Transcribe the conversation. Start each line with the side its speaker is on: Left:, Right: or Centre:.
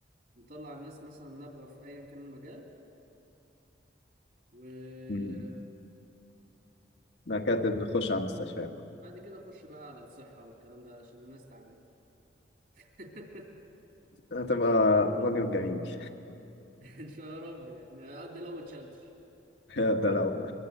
Right: نطلع الناس مثلا نابغه في ايا كان المجال وبعد
Left: مم. مكاتب نخش على المستشفيات
Right: كده اخش بقى على الصحه والكلام ده علشان الناس تعبانه <laughs>
Left: هتبقى راجل جميل
Right: ان شاء رب يعني ده لو ما اتشالتش
Left: <laughs> ده لو